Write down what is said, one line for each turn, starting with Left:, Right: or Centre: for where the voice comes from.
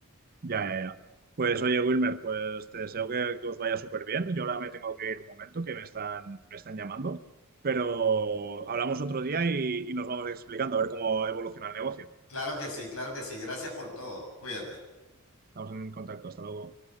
Right: ya, ya, ya. Pues oye, Wilmer, pues te deseo que, que os vaya súper bien. Yo ahora me tengo que ir un momento, que me están, me están llamando, pero hablamos otro día y, y nos vamos explicando a ver cómo evoluciona el negocio.
Left: Claro que sí, claro que sí. Gracias por todo. Cuídate.
Right: Estamos en contacto, hasta luego.